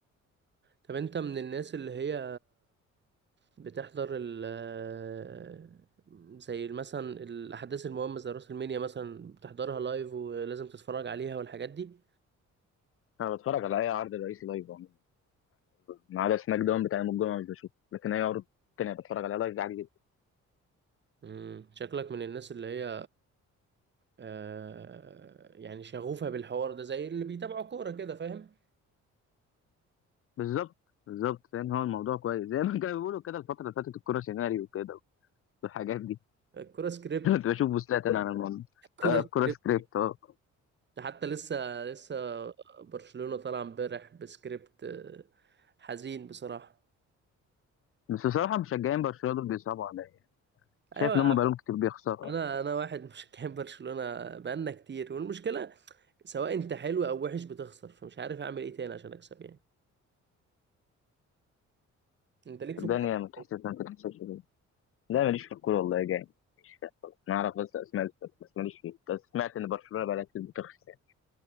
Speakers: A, on the right (about 35°); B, on the left (about 45°).
A: طب انت من الناس اللي هي بتحضر ال زي مثلا الاحداث المهمة زي راس المنيا مثلا بتحضرها لايف ولازم تتفرج عليها والحاجات دي
B: انا بتفرج على اي عرض رئيسي لايف عموما ما عدا سماك داون بتاع يوم الجمعه مش بشوفه لكن اي عرض تاني بتفرج عليها لايف عادي جدا
A: مم. شكلك من الناس اللي هي آه يعني شغوفة بالحوار ده زي اللي بيتابعوا كورة كده فاهم
B: بالظبط بالظبط فاهم هو الموضوع كويس زي ما كانوا بيقولوا كده الفتره اللي فاتت الكوره سيناريو وكده والحاجات دي
A: الكورة سكريبت
B: <laughs> كنت بشوف بوستات انا على الموضوع
A: الكورة
B: آه، الكوره
A: سكريبت
B: سكريبت اه
A: ده حتى لسه لسه برشلونة طالع امبارح بسكريبت آه، حزين بصراحة
B: بس بصراحه مشجعين برشلونه دول بيصعبوا عليا شايف
A: ايوه
B: ان
A: يا
B: هم
A: عم
B: بقالهم كتير بيخسروا
A: انا انا واحد <laughs> مشجع برشلونة بقالنا كتير والمشكلة سواء انت حلو او وحش بتخسر فمش عارف اعمل ايه تاني عشان اكسب يعني انت ليك في
B: الدنيا
A: الكورة
B: ما تحسش ما تحسش كده لا ماليش في الكوره والله يا جاي مش فاهم خالص. انا اعرف بس اسماء الفرق، بس ماليش فيه بس سمعت ان برشلونه بقالها كتير بتخسر